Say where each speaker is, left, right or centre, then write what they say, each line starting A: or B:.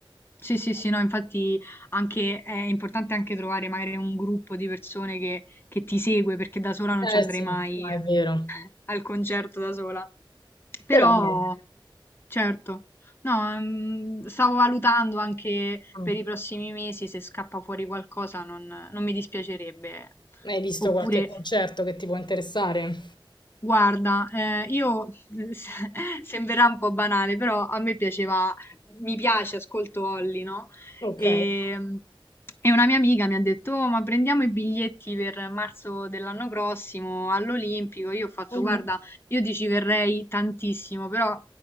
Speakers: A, on the left (about 25°); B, on the left (about 60°).
A: Sì,
B: Ci sta.
A: sì, sì, no, infatti anche è importante anche trovare magari un gruppo di persone che, che ti segue, perché da sola non
B: Eh
A: ci andrei
B: sì,
A: mai
B: no, è vero.
A: al concerto da sola. Però,
B: Però dai,
A: certo, no, mm, stavo valutando anche
B: mm,
A: per i prossimi mesi se scappa fuori qualcosa non, non mi dispiacerebbe.
B: hai visto
A: Oppure
B: qualche concerto che ti può interessare?
A: Guarda, eh, io <laughs> se- sembrerà un po' banale, però a me piaceva, mi piace, ascolto Holly, no?
B: Ok.
A: E, e una mia amica mi ha detto: "Oh, ma prendiamo i biglietti per marzo dell'anno prossimo all'Olimpico. Io ho fatto,
B: Mhm.
A: guarda, io ti ci verrei tantissimo, però